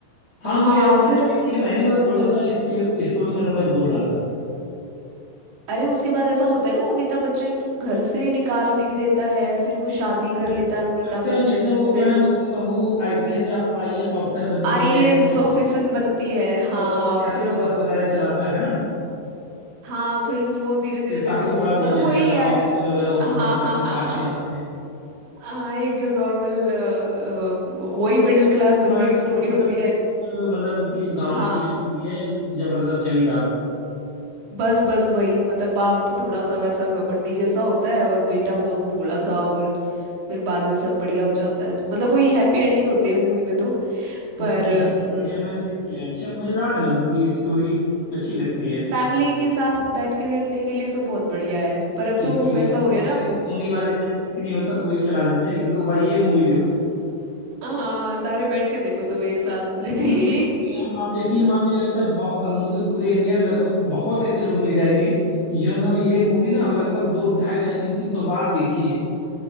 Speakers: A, on the left; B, on the right.
A: हाँ
B: हाँ
A: मुझे याद-
B: फिर
A: मैंने देखी
B: हम
A: है मैंने मतलब थोड़ा सा स्टोरी मतलब मैं भूल रहा था
B: अरे उसके बाद ऐसा होता है ना वो अमिताभ बच्चन घर से निकाल भी देता है फिर वो शादी कर लेता है अमिताभ
A: अच्छा
B: बच्चन
A: जिसमें वो क्या
B: फिर
A: नाम उसकी बहू आईपीएस या आईएएस ऑफिसर बनती
B: आईएएस
A: है
B: ऑफिसर बनती है हाँ
A: और वो क्या
B: फिर
A: नाम
B: वो
A: बस वगैरह चलाता है ना
B: हाँ फिर उसने वो धीरे धीरे
A: फिर
B: करके
A: काफी
B: बहुत
A: बड़ा बिजनेस
B: मतलब
A: हो
B: वही
A: जाता है
B: यार
A: हॉस्पिटल वगैरह ओपन
B: हाँ
A: करता
B: हाँ
A: है अपने
B: हाँ
A: बाप
B: हाँ
A: के
B: हाँ
A: नाम से
B: हाँ, एक जो नॉर्मल वही मिडिल क्लास
A: हाँ
B: बंदे
A: एकदम
B: की स्टोरी
A: एकदम
B: होती है
A: टिपिकल मतलब कि गांव
B: हाँ
A: की स्टोरी है जबरदस्त जमींदार वाली
B: बस बस वही मतलब बाप थोड़ा सा वैसा घमंडी जैसा होता है और बेटा बहुत भोला सा और फिर बाद में सब बढ़िया हो जाता है मतलब वही हैप्पी एंडिंग होती है मूवी में तो
A: हाँ
B: पर
A: बढ़िया है बढ़िया है, मैंने देखी है अच्छा मजेदार है मतलब कि स्टोरी अच्छी लगती है
B: फैमिली के साथ बैठ के देखने के लिए तो बहुत बढ़िया है पर अब
A: इसीलिए
B: तो वैसा हो गया
A: इसीलिए
B: ना
A: तो सोनी वाले जब कुछ नहीं होता तो वही चला देते हैं कि लो भाई ये मूवी देखो
B: हाँ सारे बैठ के देखो तुम एक साथ
A: लोग
B: <laughs> एक
A: देखते भी हैं आप यकीन मानो मुझे लगता है बहु- मुझे पूरे इंडिया में लगभग बहुत ऐसे लोग मिल जाएंगे जिन्होंने ये मूवी ना लगभग दो ढाई ढाई तीन तीन सौ बार देखी है